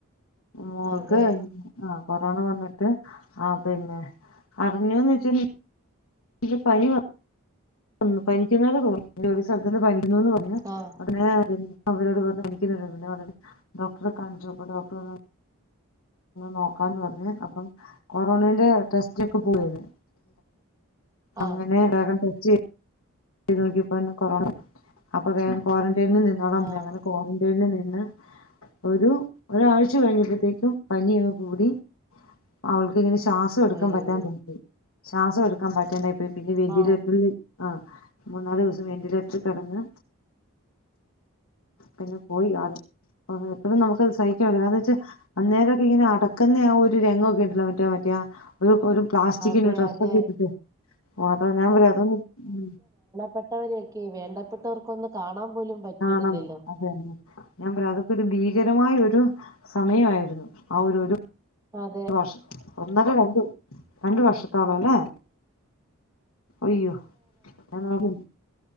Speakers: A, on the left (about 75°); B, on the right (about 15°).
A: മോക്ക്
B: അതെ
A: ആ കൊറോണ വന്നിട്ട് ആ പിന്നെ അറിഞ്ഞുന്ന് വെച്ച ഇ പനി ഒ പനിക്കന്ന പോലെ തോന്നി ജോലി സ അന്ന് പനിക്കുന്നുന്ന് പറഞ്ഞു
B: ആഹ്
A: അങ്ങനെ അവരോട് വ പിക്കുന്നുണ്ട് ഡോക്ടറെ കാണിച്ചപ്പ ഡോക്ടർ പറഞ്ഞു നോക്കാന്ന് പറഞ്ഞ് അപ്പം കൊറോണന്റെ ടെസ്റ്റിലൊക്കെ പോവരുന്നു
B: ആഹ്
A: അങ്ങനെ വഗം ടെസ്റ്റ് യ്ത് നോക്കിപ്പോ ഞ്ഞു കൊറോണ അപ്പ വേഗം ക്വാറ ൽ നിന്നോള അമ്മ
B: ആഹ്
A: അങ്ങനെക്റന്റൈനിൽ നിന്ന് ഒരു ഒരാഴ്ച കഴിഞ്ഞപ്പോത്തേക്കും പനി യങ്ങ് കൂടി അവൾക്ക ഇങ്ങനെ ശ്വാസം എടുക്കാൻ
B: അയ്യോ
A: പറ്റാണ്ടെനിക്കെ ശ്വാസം എടുക്കാൻ പറ്റാണ്ടായിപ്പോയി പിന്നെ വെന്റിലേറ്റർല്
B: ആഹ്
A: ആ മൂന്നാലു ദിവസം വെന്റിലേറ്ററ് കെടന്ന് പിന്നെ പോയി ആള് എപ്പഴും നമുക്കത് സഹിക്കാൻ പറ്റില്ല കാരണന്നാച്ച അന്നേരൊക്കെ ഇങ്ങനെ അടക്കുന്ന ആ ഒരു രംഗൊക്കെണ്ടല്ലോ മറ്റേ മറ്റേ ഒര് ഒരു പ്ലാസ്റ്റിക്കിന്റെ
B: അതെ
A: ട്രെസ്സാെക്കെ
B: അതെ
A: ഇട്ടിട്ട് ഓ അതാ ഞാൻ പറയാതൊന്ന് ഉം
B: പെട്ടവരെയൊക്കെ വേണ്ടപ്പെട്ടവർക്കൊന്ന് കാണാം പോലും പറ്റിയിട്ടില്ലല്ലോ
A: ആണ് അതന്നെ ഞാൻ പറ അത് ഒരു ഭീകരമായ ഒരു സമയയായിരുന്നു ആ ഒരു ഒരു
B: അതേ
A: വർഷം ഒന്നര രണ്ട് രണ്ട് വർഷത്തോള അല്ലേ അയ്യോ <unintelligible> ഉം